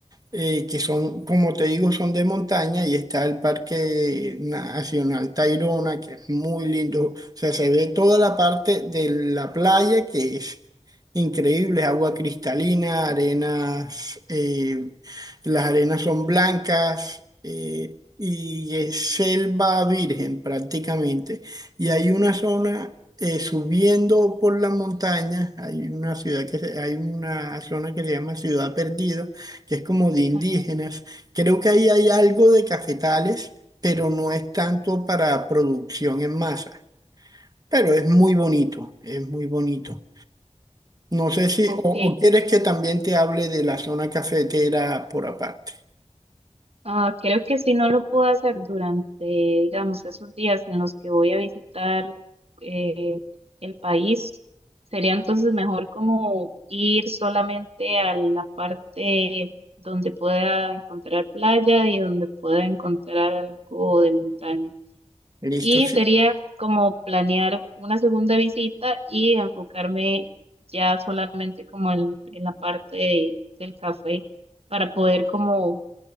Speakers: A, on the right (about 30°); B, on the right (about 55°).
A: eh, que son, como te digo, son de montaña y está el Parque Nacional Tayrona, que es muy lindo. O sea, se ve toda la parte de la playa, que es increíble, es agua cristalina, arenas, eh, las arenas son blancas. eh, Y es selva virgen prácticamente. Y hay una zona eh, subiendo por la montaña, hay una ciudad que se- hay una zona que se llama Ciudad Perdida, que es como de indígenas.
B: ajá.
A: Creo que ahí hay algo de cafetales, pero no es tanto para producción en masa. Pero es muy bonito, es muy bonito. No sé si,
B: Ok,
A: o, o quieres que también te hable de la zona cafetera por aparte.
B: Ah, creo que si no lo puedo hacer durante, digamos, esos días en los que voy a visitar eh, el país, sería entonces mejor como ir solamente a la parte donde pueda encontrar playa y donde pueda encontrar algo de montaña.
A: Listo,
B: Y
A: sí.
B: sería como planear una segunda visita y enfocarme ya solamente como en, en la parte de- del café para poder como